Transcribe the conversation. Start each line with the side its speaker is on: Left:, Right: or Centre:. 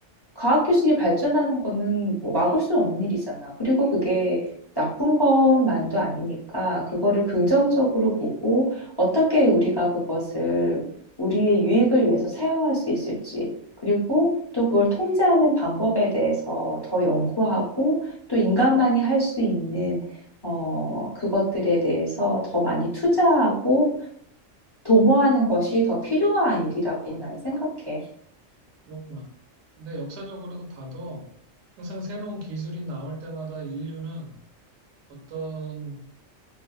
Left: 과학 기술이 발전하는 거는 뭐 막을 수 없는 일이잖아. 그리고 그게 나쁜 것만도 아니니까 그거를 긍정적으로 보고 어떻게 우리가 그것을 우리의 유익을 위해서 사용할 수 있을지, 그리고 또 그걸 통제하는 방법에 대해서 더 연구하고 또 인간만이 할 수 있는 어, 그것들에 대해서 더 많이 투자하고 도모하는 것이 더 필요한 일이라고 나는 생각해.
Right: 그렇구나. 근데 역사적으로도 봐도 항상 새로운 기술이 나올 때마다 인류는 어떤